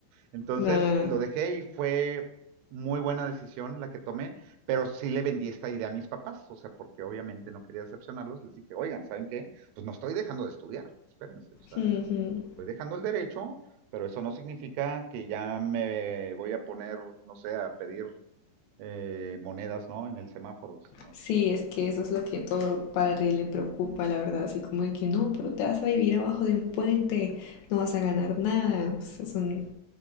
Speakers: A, on the right; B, on the left.
A: Entonces
B: Nada.
A: lo dejé y fue muy buena decisión la que tomé, pero sí le vendí esta idea a mis papás, o sea, porque obviamente no quería decepcionarlos. Les dije, oigan, ¿saben qué? Pues no estoy dejando de estudiar, espérense, o sea.
B: Ujú.
A: Estoy dejando el derecho, pero eso no significa que ya me voy a poner, no sé, a pedir eh, monedas, ¿no? En el semáforo. No.
B: Sí, es que eso es lo que todo padre le preocupa, la verdad. Así como de que no, pero te vas a vivir abajo de un puente, no vas a ganar nada. O sea, son